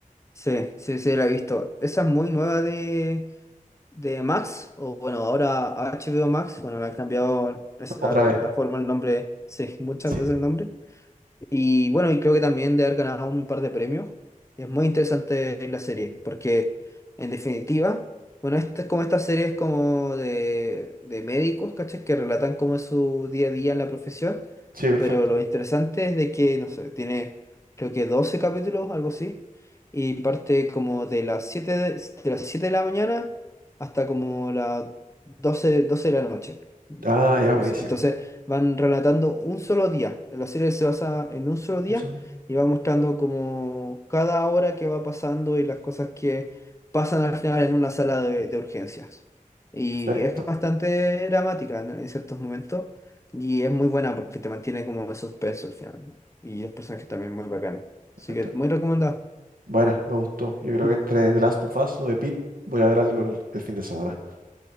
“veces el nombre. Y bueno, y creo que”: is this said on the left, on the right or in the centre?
Left